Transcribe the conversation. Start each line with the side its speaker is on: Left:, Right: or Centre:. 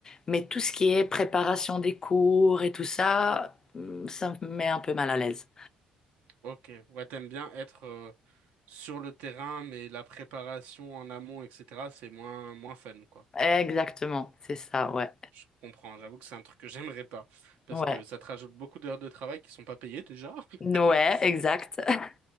Left: mais tout ce qui est préparation des cours et tout ça, hum, ça me met un peu mal à l'aise.
Right: Ok. Ouais, t'aimes bien être euh, sur le terrain, mais la préparation en amont, etc., c'est moins, moins fun, quoi.
Left: Exactement, c'est ça, ouais.
Right: Je comprends. J'avoue que c'est un truc que j'aimerais pas. Parce
Left: Ouais.
Right: que ça te rajoute beaucoup d'heures de travail qui sont pas payées déjà. <laughs>
Left: Ouais,
Right: Donc c'est
Left: exact. <laughs>